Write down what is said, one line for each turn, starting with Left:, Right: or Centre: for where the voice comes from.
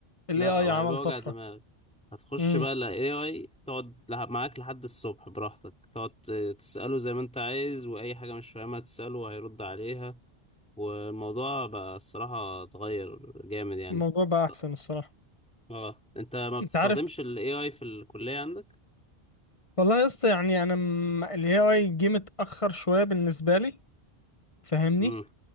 Left: الاي
Centre: لا
Left: اي
Centre: هو
Left: عمل
Centre: هيبقى
Left: طفرة
Centre: وجع دماغ هتخش
Left: امم
Centre: بقى ال AI تقعد لح- معاك لحد الصبح براحتك تقعد ت- تسأله زي ما انت عايز وأي حاجة مش فاهمها تسأله وهيرد عليها والموضوع بقى الصراحة اتغير جامد يعني
Left: الموضوع بقى احسن
Centre: طب-
Left: الصراحة
Centre: اه انت ما بتستخدمش
Left: انت عارف
Centre: ال AI في الكلية عندك؟
Left: والله يا اسطى يعني انا م... الاي اي جه متاخر شويه بالنسبه لي فاهمني
Centre: امم